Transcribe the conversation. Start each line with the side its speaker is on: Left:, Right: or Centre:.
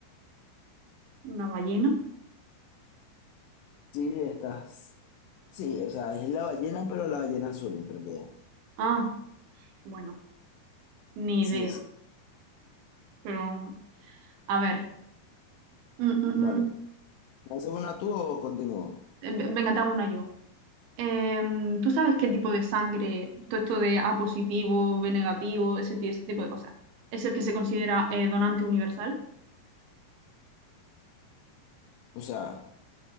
Right: una ballena.
Left: Sí, estás. Sí, o sea, es la ballena, pero la ballena azul en realidad.
Right: Ah, bueno, ni
Left: Sí,
Right: idea,
Left: sí.
Right: pero a ver. mm, mm,
Left: Vale.
Right: mm,
Left: ¿Lanzas una tú o continúo?
Right: eh, ve- Venga, te hago una yo. Em, ¿tú sabes qué tipo de sangre, todo esto de A positivo, B negativo, ese, ti- ese tipo de cosas, es el que se considera eh, donante universal?
Left: O sea,